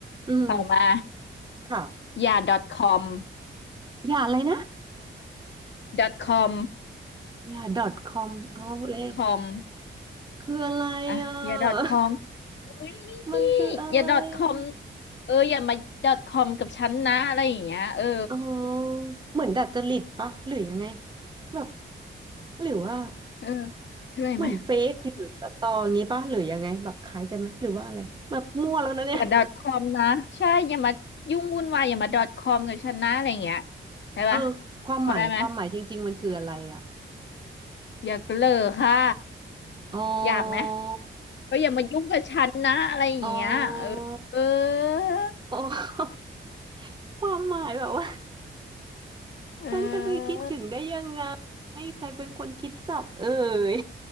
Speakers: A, on the right; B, on the left.
A: อืม
B: ต่อมา
A: ค่ะ
B: อย่า .com
A: อย่าอะไรนะ
B: .com
A: อย่า .com เอาเลย
B: .com
A: คืออะไรอ่ะ
B: อ่ะอย่า .com อุ้ย
A: <laughs> มันคืออะไรอะ
B: อย่า .com เอออย่ามา .com กับฉันนะอะไรอย่างเงี้ยเออ
A: อ๋อเหมือนดัดจริตปะหรือยังไงแบบหรือว่า
B: เออชื่ออะไรไหม
A: เหมือนเฟกหรือสตออย่างงี้ปะหรือยังไงแบบคล้ายกันไหมหรือว่าอะไรแบบมั่วแล้วนะเนี่ย
B: อย่า .com นะใช่อย่ามายุ่งวุ่นวายอย่ามา .com กับฉันนะอะไรอย่างเงี้ยได้ปะ
A: เออความหมายความหมายจริงๆมันคืออะไรอ่ะ
B: พอได้ไหมอย่าเสลอค่ะ
A: อ๋อ
B: หยาบไหมก็ออย่ามายุ่งกับฉันนะอะไรอย่างเงี้ยเออเออ
A: อ๋ออ๋อ <laughs> ความหมายแบบว่า
B: เออ
A: ท่านจะไปคิดถึงได้ยังไงให้ใครเป็นคนคิดศัพท์เอ่ย